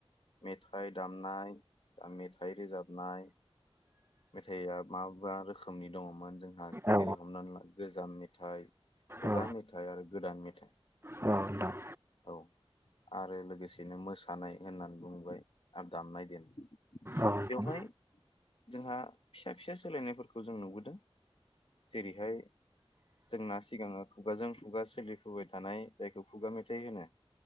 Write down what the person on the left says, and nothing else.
मेथाइ दामनाय मेथाइ रोजाबनाय। मेथाइआ मा मा रोखोमनि दङमोन जों जोंहा
जेरै हमनानै ला गोजाम मेथा थाइ खुगा
मेथाइ आरो गोदान मेथाइ
औ आरो लोगोसेनो मोसानाय होननानै बुंबाय आरो दामनाय देनाय
बेवहाय जोंहा फिसा फिसा सोलायनायफोरखौ जों नुबोदों जेरैहाय जोंना सिगाङो खुगाजों खुगा सोलिफुबाय थानाय जायखौ थाइ होनो